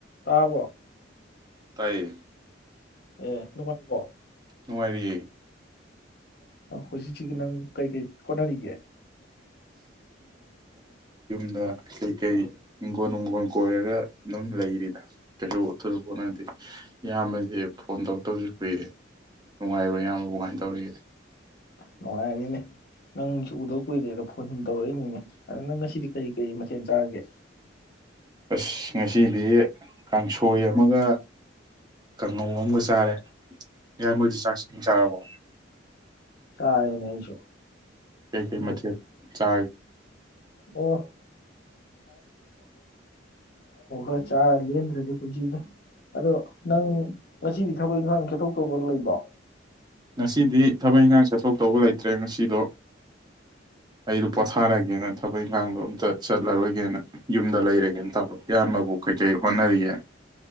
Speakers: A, on the left; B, on the right.
A: ꯇꯥꯕ
B: ꯇꯥꯏꯌꯦ
A: ꯑꯦ ꯅꯨꯡꯉꯥꯏꯔꯤꯕꯣ
B: ꯅꯨꯡꯉꯔꯤꯌꯦꯌꯦ
A: ꯑꯁꯤ ꯁꯤꯒꯤ ꯅꯪ ꯀꯩ ꯀꯩ ꯍꯣꯠꯅꯔꯤꯒꯦ
B: ꯑ ꯀꯩꯀꯩ ꯍꯤꯡꯒꯣꯜ ꯅꯨꯡꯒꯣꯜ ꯀꯣꯏꯔꯒ ꯑꯗꯨꯝ ꯂꯩꯔꯤꯗ ꯀꯩꯁꯨ ꯊꯨꯗꯄꯠꯅꯗꯤ ꯏꯌꯥꯝꯕꯗꯤ ꯐꯣꯟ ꯇꯧꯔꯛꯇꯕꯁꯨ ꯀꯨꯏꯔꯦ ꯅꯨꯡꯉꯥꯏꯕ ꯏꯌꯥꯝꯕꯕꯨ ꯀꯥꯏꯅ ꯇꯧꯔꯤꯒꯦ
A: ꯅꯨꯡꯉꯥꯏꯔꯔꯤꯅꯦ ꯅꯪꯁꯨ ꯎꯗꯧ ꯀꯨꯏꯗꯦ ꯣ ꯐꯟ ꯁꯨꯝ ꯇꯧꯔꯛꯏꯅꯤꯅꯦ ꯑꯗꯨꯅ ꯅ ꯉꯁꯤꯗꯤ ꯀꯔꯤ ꯀꯔꯤ ꯀꯦꯟ ꯆꯥꯔꯒꯦ
B: ꯑꯁ ꯉꯁꯤꯗꯤ ꯀꯥꯡꯁꯣꯏ ꯑꯃꯒ ꯀꯥꯡꯉꯧ ꯑꯃꯒ ꯆꯥꯔꯦ ꯏꯌꯥꯝꯕꯗꯤ ꯆꯥꯛ ꯏꯁꯤꯡ ꯆꯥꯔꯕꯣ
A: ꯆꯔꯦ ꯅꯁꯨ
B: ꯀꯩ ꯀꯩ ꯃꯔ ꯆꯥ
A: ꯑꯣ ꯑ ꯆꯥꯔ ꯂꯟ꯭ꯔꯦꯗꯤ ꯄꯨꯟꯖꯤꯗ ꯑꯗꯣ ꯅꯪ ꯉꯁꯤꯗꯤ ꯊꯕꯛ ꯏꯪꯈꯥꯡ ꯆꯦꯛꯊꯣꯛꯇꯧꯕ ꯂꯩꯕꯣ
B: ꯉꯁꯤꯗꯤ ꯊꯕꯛ ꯏꯪꯈꯥꯡ ꯆꯠꯊꯣꯛ ꯇꯧꯕ ꯂꯩꯇ꯭ꯔꯦ ꯉꯁꯤꯗꯣ ꯑꯩꯗꯣ ꯄꯣꯊꯥꯔꯒꯦꯅ ꯊꯕꯛ ꯏꯟꯈꯥꯡꯗꯣ ꯑꯝꯇ ꯆꯠꯂꯔꯣꯏꯒꯦꯅ ꯌꯨꯝꯗ ꯂꯩꯔꯒꯦꯅ ꯇꯧ ꯏꯌꯥꯝꯕꯕꯨ ꯀꯩꯀꯔꯤ ꯍꯣꯠꯅꯔꯤꯒꯦ